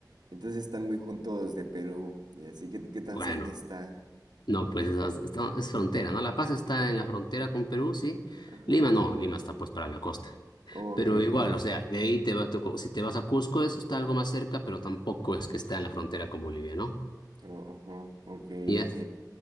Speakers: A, on the right (about 75°); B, on the left (about 85°).
A: Entonces están muy juntos de Perú. Y así, ¿qué, qué tan
B: Bueno,
A: cerca está?
B: no, pues es, es- es frontera, ¿no? La Paz está en la frontera con Perú, sí.
A: Ajá.
B: Lima no, Lima está pues para la costa.
A: Oh,
B: Pero
A: ok, ok.
B: igual, o sea, de ahí te va, te- si te vas a Cusco, eso está algo más cerca, pero tampoco es que está en la frontera con Bolivia, ¿no?
A: Oh, ajá. Ok,
B: Ya.
A: ok.